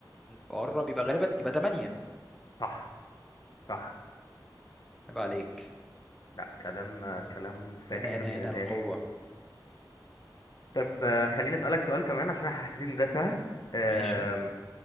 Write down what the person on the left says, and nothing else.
صح صح
لا كلام آه، كلام فاخر
من
الآخر
طب آه، خليني أسألك سؤال كمان عشان أنا حسيت إن ده سهل آم،